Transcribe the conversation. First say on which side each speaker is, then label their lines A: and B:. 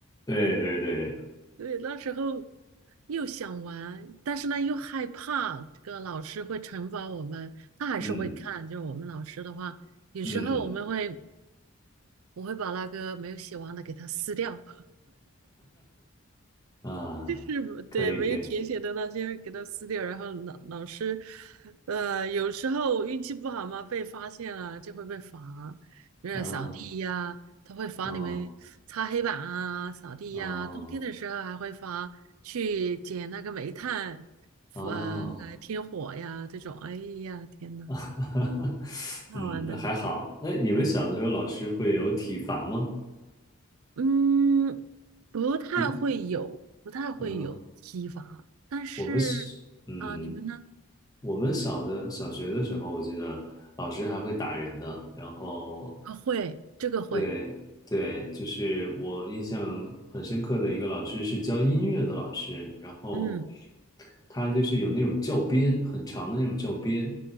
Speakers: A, on the left; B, on the right.
A: 对对对。
B: 对，那时候又想玩，但是呢又害怕这个老师会惩罚我们，他还是会看。
A: 嗯
B: 就是我们老师的话，有时候我们会，
A: 嗯
B: 我会把那个没有写完的给他撕掉。
A: 啊，
B: 就是对没有填写的那些给它撕掉，
A: 可以可以
B: 然后老老师，呃，有时候运气不好嘛，被发现了就会被罚，就是扫地呀，
A: 啊
B: 他会罚你们擦黑板啊、
A: 哦
B: 扫地呀，
A: 哦
B: 冬天的时候还会罚去捡那个煤炭，
A: 哦，
B: 呃，来添火呀这种。哎呀，天呐，
A: <laughs>
B: 好玩的，
A: 嗯，那还好。那你们小的时候老师会有体罚吗？
B: 嗯，不太会有，
A: 嗯
B: 不太会有体罚，
A: 嗯，
B: 但是啊，
A: 我们是嗯。
B: 你们呢？
A: 我们小的小学的时候，我记得老师还会打人的，然后
B: 啊，会，这个会，
A: 对对，就是我印象很深刻的一个老师是教音乐的老师，然后
B: 嗯，
A: 他就是有那种教鞭，很长的那种教鞭，